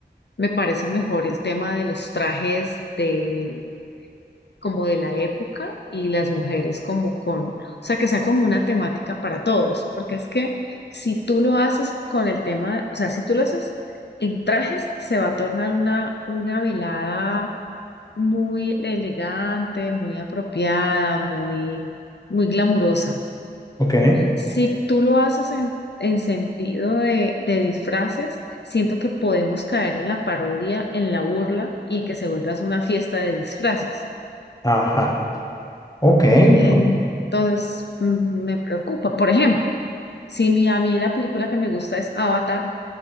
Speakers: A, on the left; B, on the left.
A: me parece mejor el tema de los trajes de como de la época y las mujeres como con, o sea, que sea como una temática para todos, porque es que si tú lo haces con el tema, o sea, si tú lo haces en trajes, se va a tornar una, una velada muy elegante, muy apropiada, muy, muy glamurosa.
B: Ok,
A: Si tú lo haces en, en sentido de, de disfraces, siento que podemos caer en la parodia, en la burla y en que se vuelva una fiesta de disfraces.
B: ajá, ok,
A: Entonces,
B: bu-
A: mm, me preocupa. Por ejemplo, si mi, a mí la película que me gusta es Avatar,